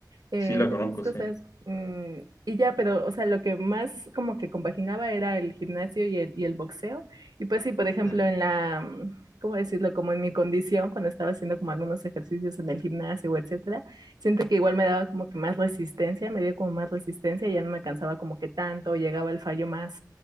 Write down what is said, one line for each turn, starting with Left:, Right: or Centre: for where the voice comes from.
Right: Eh,
Left: sí la
Right: ¿qué
Left: conozco,
Right: más cosas?
Left: sí.
Right: Mm, y ya, pero, o sea, lo que más como que compaginaba era el gimnasio y el, y el boxeo. Y pues sí, por ejemplo,
Left: Mm.
Right: en la, mm, ¿cómo decirlo? Como en mi condición, cuando estaba haciendo como algunos ejercicios en el gimnasio, etcétera, siento que igual me daba como que más resistencia, me dio como más resistencia y ya no me cansaba como que tanto, llegaba el fallo más,